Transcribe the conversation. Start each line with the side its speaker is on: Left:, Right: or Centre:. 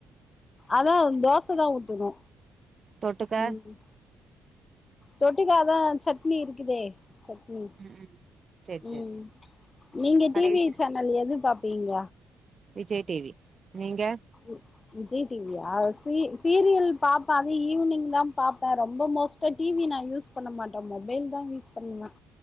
Left: அதா தோச தா ஊத்தணு
Right: தொட்டுக்க
Left: ம் தொட்டுக்க அதா சட்னி இருக்குதே சட்னி
Right: ம் ம் சேரி
Left: ம்
Right: சேரி
Left: நீங்க
Right: பழைய
Left: டி வி
Right: சி
Left: சன் னல் எது பாப்பீங்க
Right: விஜய் டி வி நீங்க
Left: ம் விஜய் டி வியா சீ சீரியல் பாப்ப அது ஈவ்னிங் தா பாப்ப ரொம்ப மோஸ்ட்டா டி வி நா யூஸ் பண்ண மாட்ட மொபைல் தா யூஸ் பண்ணுவ